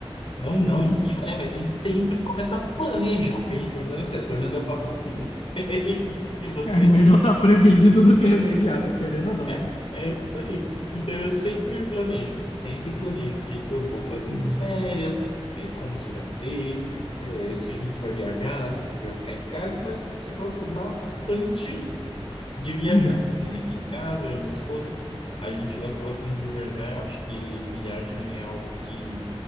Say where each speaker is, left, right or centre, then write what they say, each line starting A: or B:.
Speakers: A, on the left; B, on the left.
A: não,
B: Uhum.
A: não em cima, né? Mas a gente sempre começa a planejar o que a gente vai fazer nas férias. Pelo menos eu faço assim, não sei <laughs> se você.
B: É melhor estar prevenido do que remediado, querendo ou não,
A: É,
B: né?
A: é isso aí. Então eu sempre me planejo, sempre planejo o que que eu vou fazer
B: Uhum.
A: nas férias, é, como que vai ser. é, se a gente vai viajar, se a gente vai ficar em casa, mas a gente gosta bastante de viajar,
B: Uhum.
A: né? Aqui em casa, eu e minha esposa, a gente gosta bastante de viajar. Eu acho que viagem é algo que